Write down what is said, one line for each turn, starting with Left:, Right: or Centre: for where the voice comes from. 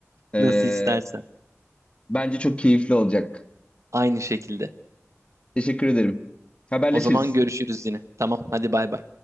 Left: Ee,
Right: Nasıl istersen.
Left: bence çok keyifli olacak.
Right: Aynı şekilde.
Left: Teşekkür ederim. Haberleşiriz.
Right: O zaman görüşürüz yine. Tamam, hadi bay bay.